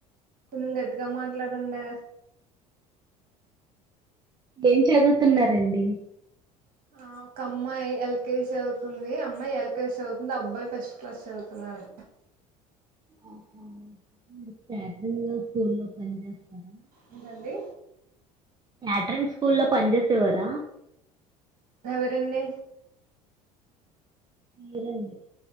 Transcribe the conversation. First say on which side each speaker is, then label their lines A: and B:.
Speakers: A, on the right; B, on the right.
A: కొంచెం గట్టిగా మాట్లాడండె
B: ఏం చదువుతున్నారండి
A: ఆ ఒక అమ్మాయి ఎల్కేజీ చదువుతుంది అమ్మాయి ఎల్కేజీ చదువుతుంది అబ్బాయి ఫస్ట్ క్లాస్ చదువుతున్నాడు
B: ఆహ మీరు క్యాటరింగ్ స్కూల్లో పని చేస్తారా
A: ఏంటండి
B: క్యాట్రింగ్ స్కూల్లో పని చేేసేవారా
A: ఎవరండి
B: మీరండి